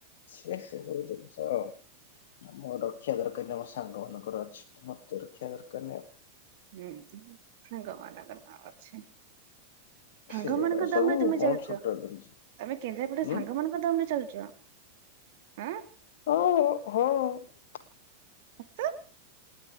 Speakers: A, on the left (about 55°); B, on the right (about 50°).
A: ସେ ସବୁ ଜିନିଷ ଆଉ ମୋ ରକ୍ଷା କର <unintelligible> ଆମ ସାଙ୍ଗ ମାନଙ୍କର ଅଛି ମତେ ରକ୍ଷା କର ମାନେ ଦରକାର ନାହିଁ।
B: ହୁଁ ସାଙ୍ଗମାନଙ୍କ ସହ ଅଛି। ସାଙ୍ଗମାନଙ୍କ
A: ସେଗୁଡା ସବୁ
B: ଦମ୍ ରେ ତମେ
A: କଣ
B: ଚାଲୁଚ?
A: ଛୋଟ ଜିନିଷ
B: ତମେ କେନ୍ଦ୍ରାପଡ଼ାରେ
A: ଉଁ।
B: ସାଙ୍ଗ ମାନଙ୍କ ଦମରେ ଚାଲୁଚ ହଁ।
A: <unintelligible>
B: ସତ